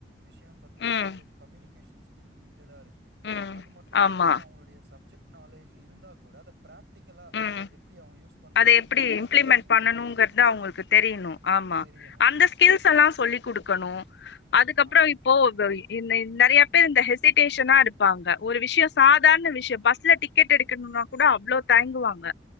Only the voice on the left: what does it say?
ம்
ம்
ஆமா
ம்
அத எப்டி இம்ப்ளிமெண்ட்
பண்ணணுங்கறத
அவங்களுக்கு தெரியணு ஆமா
அந்த
ஸ்கில்ஸ் எல்லா சொல்லிக் குடுக்கணு அதுக்கப்புற
இப்போ இந்த நெறைய பேர் இந்த ஹெசிடேஷனா எடுப்பாங்க ஒரு விஷ்யோ சாதாரண விஷ்ய பஸ்ல டிக் கெட் எடுக்கணும்னா கூட அவ்வளோ தயங்குவாங்க